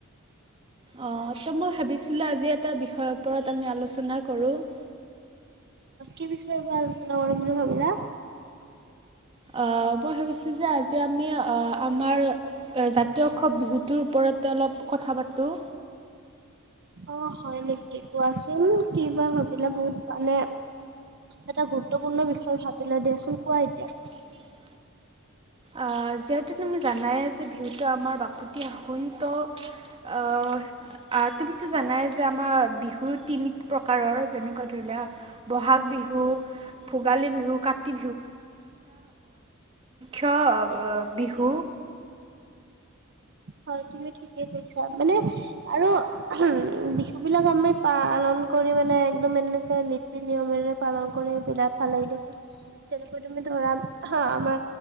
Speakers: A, on the right; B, on the right.
A: অ' ত' মই ভাবিছিলো আজি এটা বিষয়ৰ ওপৰত আমি আলোচনা কৰোঁ। <inaudible>
B: কি বিষয় ওপৰত আলোচনা কৰিম বুলি ভাবিলা।
A: অ' মই ভাবিছোঁ যে আজি আমি আমাৰ জাতীয় উৎসৱ বিহুটোৰ ওপৰতে অলপ। কথা পাতোঁ।
B: অ' হয় নেকি কোৱাচোন কিবা ভাবিলা বহুত মানে এটা। গুৰুত্বপূৰ্ণ বিষয়ে ভাবিলা দিয়াচোন কোৱা এতিয়া।
A: উ <unintelligible> অ' যিহেতু তুমি জানাই যে বিহুতটো আমাৰ বাপতি আহোন ত' আহ অ' তুমিতো জানাই যে আমাৰ বিহু তিনি প্ৰকাৰৰ যেনেকুৱা ধৰিলোৱা বহাগ বিহু। ভ ক তি ছ বিহু
B: হয়, তুমি ঠিকেই কৈছা মানে আৰু উম বিহু বিলাক আমি পালন কৰি মানে একদম এনেকে নীতি নিয়মেৰে পালন কৰি বিৰাট ভাল লাগি দিছোন যেনেকৈ তুমি ধৰা হা আমাৰ